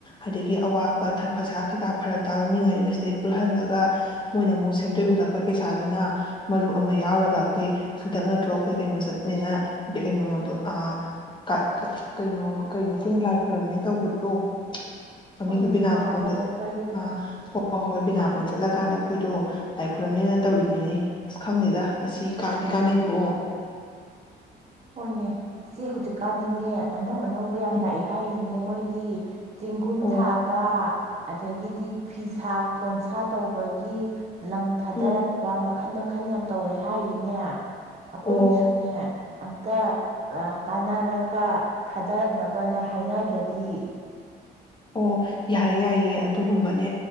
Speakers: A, on the left (about 25°); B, on the right (about 35°).
A: ꯑꯗꯒꯤ ꯑꯋꯥꯕ ꯄꯩꯁꯥ ꯀꯩꯀꯥ ꯐꯔꯛ ꯇꯥꯕ ꯃꯤꯉꯩꯗꯨꯅ ꯁꯤꯗꯩ ꯄꯨꯜꯍꯜꯂꯒ ꯃꯣꯏꯅ ꯑꯃꯨꯛ ꯁꯦꯟꯗꯣꯏ ꯍꯨꯜꯂꯛꯄꯒꯤ ꯄꯩꯁꯥꯗꯨꯅ ꯃꯔꯨꯞ ꯑꯃ ꯌꯥꯎꯔꯒ ꯑꯩꯈꯣꯏ ꯍꯟꯗꯛ ꯅꯠꯇ꯭ꯔꯣ ꯑꯩꯈꯣꯏ ꯀꯩꯅꯣ ꯆꯠꯅꯤꯅ ꯀꯩꯅꯣꯗꯣ ꯀꯩꯅꯣ ꯀꯩꯅꯣ ꯑꯈꯣꯏꯅ ꯂꯥꯏ ꯈꯣꯏꯔꯝꯅꯦ ꯇꯧꯕꯗꯣ꯫ ꯃꯃꯤꯡꯗꯣ
B: ꯍꯣꯏꯅꯦ
A: ꯕꯤꯅꯥ
B: ꯕꯤꯅꯥꯄꯣꯟ
A: ꯕꯣꯟ
B: ꯆꯠꯄꯒꯤꯗꯣ
A: ꯑꯥ ꯍꯣꯏ- ꯍꯣꯏ ꯕꯤꯅꯥꯄꯣꯟ ꯆꯠꯂꯒ ꯀꯥꯟꯗ ꯑꯩꯈꯣꯏꯗꯣ ꯂꯥꯏ ꯈꯨꯣꯏꯔꯝꯅꯦꯅ ꯇꯧꯔꯤꯗꯨꯅꯤ ꯑꯁ ꯈꯪꯗꯦꯗ ꯃꯁꯤ ꯀꯥꯟꯗꯤ ꯀꯥꯟꯅꯩꯀꯣ꯫
B: ꯍꯣꯏꯅꯦ ꯁꯤ ꯍꯧꯖꯤꯛꯀꯥꯟꯗꯤꯅꯦ ꯑꯅꯧ ꯑꯅꯧꯕ ꯌꯥꯝꯅ
A: ꯎꯝ
B: ꯂꯥꯛꯑꯦ ꯍꯥꯏꯔꯤ꯫ ꯃꯣꯏꯒꯤ ꯆꯦꯡꯒꯨꯝ
A: ꯑꯣ
B: ꯊꯥꯕ ꯑꯗꯒꯤꯗꯤ ꯐꯤꯁꯥ ꯂꯣꯟꯁꯥ ꯇꯧꯕꯒꯤ꯫ ꯂꯪ ꯊꯥꯗꯔꯛꯄ
A: ꯎꯝ
B: ꯃꯈꯜ ꯃ ꯃꯈꯟ ꯌꯥꯝ ꯇꯧꯋꯦ ꯍꯥꯏꯔꯤꯅꯦ꯫ ꯑꯩꯈꯣꯏꯒꯤꯁꯨꯅꯦ
A: ꯑꯣ
B: ꯑꯝꯇ ꯇꯥꯟꯅꯔꯒ ꯊꯥꯗꯔꯛꯅꯕꯅ ꯍꯥꯏꯅꯗ꯭ꯔꯗꯤ
A: ꯑꯣ ꯌꯥꯏ ꯌꯥꯏꯌꯦꯦ ꯑꯗꯨꯒꯨꯝꯕꯅꯦ